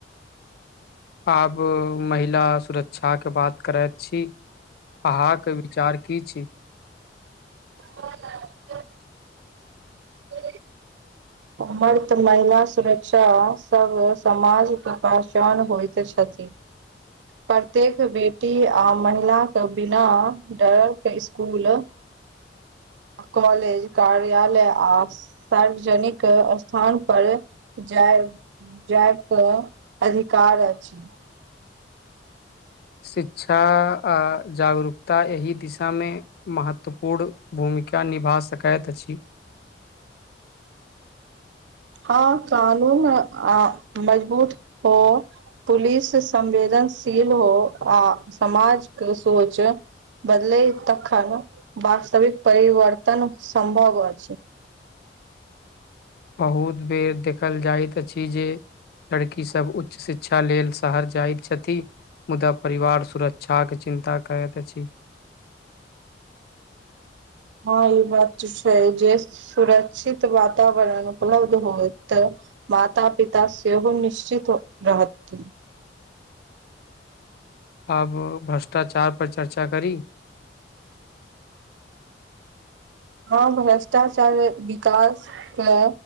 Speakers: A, on the left; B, on the right.
A: आब महिला सुरक्षा के बात करैत छी अहाँके विचार की छी
B: ह आ महिला सुरक्षासभ समाजके पहचान होइत छथि <inaudible> प्रत्येक बेटी आ महिलााक के बिना डर के स्कूल कॉलेज कार्यालय आ सार्वजनिक स्थान पर जाय जायतपर अधिकार अछि
A: शिक्षा आ जागरूकता एहि दिशा मे महत्वपूर्ण भूमिका निभा सकैत अछि
B: हाँ कानून आऔर मजबूत हो पुलिस संमझेनाई सेम हो आ समाजके सोच बदलै तखन वास्तविक परिवर्तन सम्भव अछि
A: बहुत बेर देखल जाइत अछि जे लड़की सब उच्च शिक्षा लेल शहर जाइत छथि मुदा परिवारक सुरक्षा के चिन्ता करैत अछि
B: हाँ ई बात त छैय जे सुरक्षित वातावरण उपलब्ध होय तऽ माता पिता सेहो निश्चित रहथिन
A: आब भ्रष्टाचार पर चर्चा करी
B: हँ भ्रष्टाचार विकासके